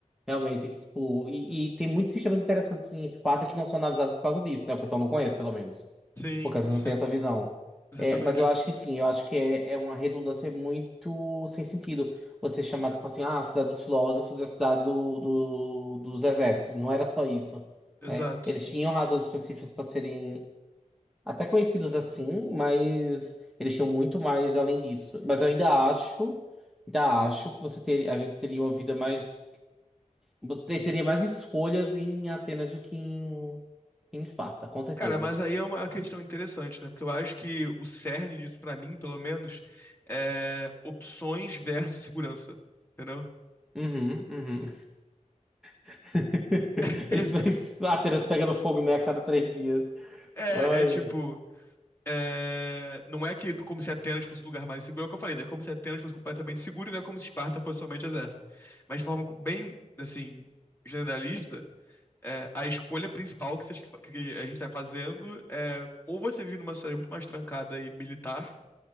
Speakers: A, in the centre; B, on the left.
A: realmente. Que, tipo, e, e tem muitos sistemas interessantes em Sparta que não são analisados por causa disso, né? O pessoal não conhece, pelo menos.
B: Sim,
A: Porque às vezes
B: sim,
A: não tem essa visão.
B: exatamente.
A: É, mas eu acho que sim, eu acho que é, é uma redundância muito sem sentido. Você chamar, tipo assim, ah, a cidade dos filósofos e a cidade do, do- dos exércitos. Não era só isso,
B: Exato.
A: né? Eles tinham razões específicas para serem até conhecidos assim, mas eles tinham muito mais além disso. Mas eu ainda acho, ainda acho que você ter, a gente teria uma vida mais. Você teria mais escolhas em Atenas do que em, em Esparta, com certeza.
B: Cara, mas aí é uma questão interessante, né? Porque eu acho que o cerne disso, pra mim, pelo menos, é opções versus segurança, entendeu?
A: Uhum, uhum. <laughs>
B: <laughs>
A: Isso- fez- Atenas pega no fogo, né, a cada três dias.
B: É,
A: Ai.
B: é tipo, É, não é que como se Atenas fosse o lugar mais seguro, é o que eu falei, não é como se Atenas fosse completamente seguro, e não é como se Esparta fosse somente exército. Mas de forma bem, assim, generalista, é, a escolha principal que, vocês- que a gente está fazendo é ou você vive numa sociedade muito mais trancada e militar,